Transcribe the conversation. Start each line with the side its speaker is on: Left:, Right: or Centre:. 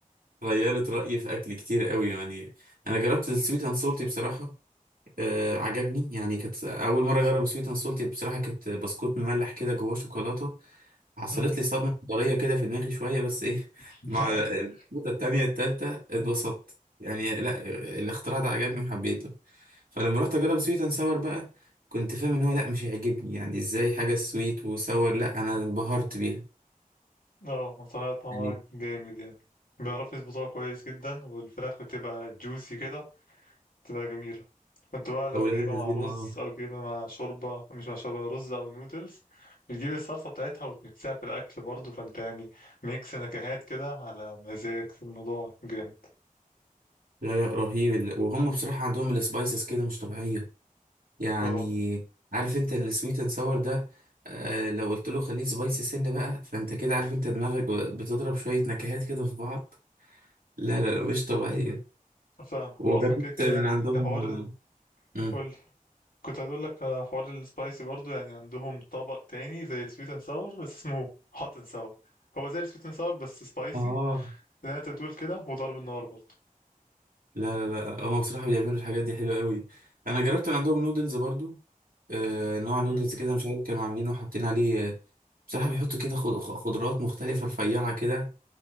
Right: غيرت رأيي في اكل كتير قوي يعني انا جربت السويت اند سولتي بصراحة آه عجبني يعني كانت اول مرة اجرب السويت اند سولتي بصراحة كانت بسكوت مملح كده جواه شوكولاتة حصلت
Left: مم.
Right: لي صدمة حضارية كده في دماغي شوية بس ايه
Left: <laughs>
Right: <laughs> مع
Left: أيوه
Right: البسكوتة التانية التالتة اتبسطت يعني لا الاختراع ده عجبني وحبيته فلما رحت اجرب سويت اند ساور بقى كنت فاهم ان هو لا مش هيعجبني يعني ازاي حاجه سويت وساور لا انا انبهرت بيها
Left: أه صراحة طعمها
Right: يعني
Left: جامد يعني بيعرفوا يظبطوها كويس جدا والفراخ بتبقى جوسي كده تبقى جميلة كنت بقى لو
Right: اولاد
Left: جايبها مع
Right: الذين
Left: رز
Right: اه
Left: أو جايبها مع شوربة مش مع شوربة رز أو نودلز بتجيب الصلصة بتاعتها وتمكسها في الأكل برضه فأنت يعني ميكس نكهات كده على مزاجك الموضوع جامد
Right: لا لا رهيب ال- وهم بصراحه عندهم السبايسز كده مش طبيعيه يعني
Left: اه
Right: عارف انت السويت اند ساور ده آه لو قلت له خليه سبايسي سنه بقى فانت كده عارف انت دماغك بتضرب شويه نكهات كده في بعض لا لا لا مش طبيعيه
Left: فاهم
Right: وجربت
Left: هو أصلا كده كده
Right: من
Left: يعني
Right: عندهم
Left: الحوار
Right: آه مم.
Left: قولي كنت هقول لك على حوار السبايسي برضه يعني عندهم طبق تاني زي السويت اند ساور بس اسمه هوت اند ساور هو زي السويت اند ساور بس سبايسي
Right: آه،
Left: زي ما انت بتقول كده وضرب النار برضه
Right: لا لا لا هم بصراحه بيعملوا الحاجات دي حلوه قوي انا جربت من عندهم نودلز برضو آه، نوع نودلز
Left: مم.
Right: كده مش عارف كانوا عاملينه وحاطين عليه آه، بصراحة بيحطوا كده خض- خ- خضروات مختلفة رفيعة كده